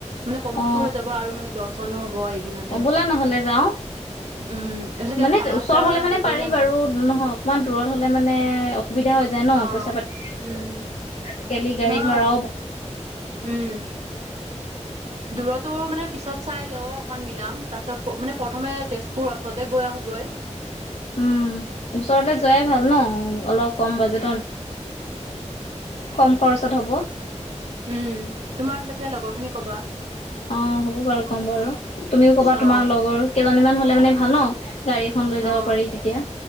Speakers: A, on the right (about 55°); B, on the left (about 60°).
A: মানে কমতো
B: অ
A: হৈ যাব আৰু মানে দৰ্শনো হব। এদিনতে
B: অ বোলা নহলে যাও।
A: উম এইবিলাকে
B: মানে
A: ভাড়া
B: ওচৰ
A: চাড়া
B: হলে মানে
A: হেৰি কৰি
B: পাৰি
A: ল'ম
B: বাৰু
A: আৰু
B: নহয় অকমান দূৰত হলে মানে অস-। সুবিধা হৈ যায় ন
A: অ
B: পইচা পাতি
A: উম
B: আজিকালি গাড়ী
A: নহয়
B: ভাড়াও ব-।
A: উম। দূৰতৰতো মানে পিছত চাই ল অকন মিলাম তাৰ পিছত মানে প্ৰথমে তেজপুৰ অ-। ছতে গৈ আহোঁগৈ।
B: উম ওচৰতে যোৱাই ভাল ন অলপ কম বাজেটত। কম খৰচত হ'ব।
A: উম, তোমাৰ লকে লগৰ খিনি কবা।
B: অ, হ'ব বাৰু কম বাৰু তুমিও কবা
A: অ
B: তোমাৰ লগৰ কেইজনীমান হলে মানে ভাল ন। গাড়ী এখন লৈ যাব
A: অ,
B: পাৰি তেতিয়া